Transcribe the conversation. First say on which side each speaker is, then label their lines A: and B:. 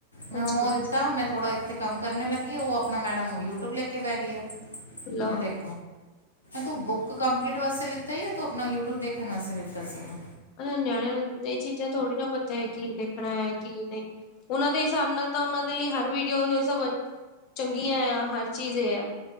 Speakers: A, on the left; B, on the left.
A: ਮੈਂ
B: ਅੱਛਾ
A: ਉਹਨੂੰ ਉਹ ਦਿੱ ਤਾਂ ਮੈਂ ਥੋੜਾ ਇੱਥੇ ਕੰਮ ਕਰਨੇ ਲੱਗੀ ਉਹ ਆਪਣਾ ਮੈਡਮ ਯੂਟਿਊਬ ਲੈ ਕੇ ਪੈ ਗਈ ਆ
B: ਲਓ
A: ਮੈਂ ਦੇਖ ਤੂੰ ਬੁੱਕ ਕੰਪਲੀਟ ਵਾਸਤੇ ਲਿੱਤਾ ਹੀ ਆ ਤੂੰ ਆਪਣਾ ਯੂਟਿਊਬ ਦੇਖਣ ਵਾਸਤੇ ਲਿੱਤਾ ਸੀਗਾ।
B: ਨਿਆਣਿਆਂ ਨੂੰ ਇਹ ਚੀਜ਼ਾਂ ਥੋੜ੍ਹੀ ਨਾ ਪਤਾ ਹੈ ਕੀ ਦੇਖਣਾ ਹੈ ਕੀ ਨਹੀਂ। ਉਹਨਾਂ ਦੇ ਹਿਸਾਬ ਨਾਲ ਤਾਂ ਉਹਨਾਂ ਦੇ ਲਈ ਹਰ ਵੀਡੀਓ ਸਭ ਚੰਗੀਆਂ ਆ ਹਰ ਚੀਜ਼ ਇਹ ਆ।